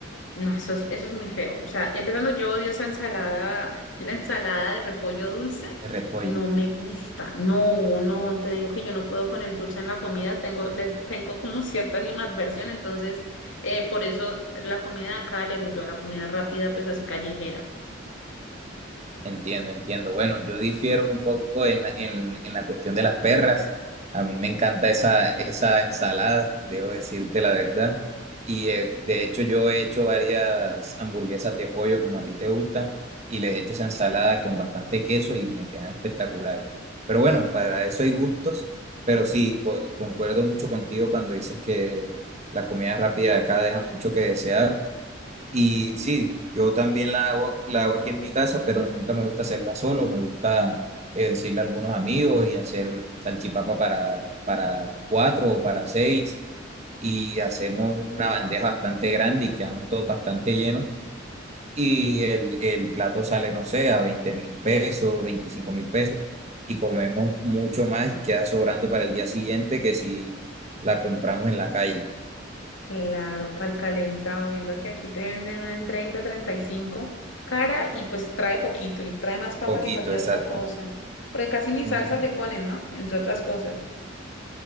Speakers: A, on the left; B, on the right.
A: No, eso es, eso es muy feo. O sea, empezando, yo odio esa ensalada, <laughs> la ensalada de repollo dulce.
B: de repollo.
A: No me gusta. No, no, te digo que yo no puedo con el dulce en la comida. Tengo, les tengo como cierta animadversión. Entonces, eh, por eso la comida de acá le huyó a la comida rápida, pues así callejera.
B: Entiendo, entiendo. Bueno, yo difiero un poco en la, en, en la cuestión de las perras. A mí me encanta esa, esa ensalada, debo decirte la verdad. Y eh, de hecho yo he hecho varias hamburguesas de pollo como a ti te gustan y les he hecho esa ensalada con bastante queso y me quedan espectaculares. Pero bueno, para eso hay gustos, pero sí, co- concuerdo mucho contigo cuando dices que la comida rápida de acá deja mucho que desear. Y sí, yo también la hago, la hago aquí en mi casa, pero nunca me gusta hacerla solo, me gusta eh, decirle a algunos amigos y hacer salchipapa para, para cuatro o para seis y hacemos una bandeja bastante grande y quedamos todos bastante llenos y el, el plato sale, no sé, a veinte mil pesos, veinticinco mil pesos y comemos mucho más y queda sobrando para el día siguiente que si la compramos en la calle,
A: Claro, para el calentado, viendo que aquí te venden una en treinta, treinta y cinco cara y pues trae poquito y trae más papa
B: poquito,
A: que cualquier
B: exacto.
A: otra cosa. Porque casi ni
B: Ujú.
A: salsa le ponen, ¿no? Entre otras cosas.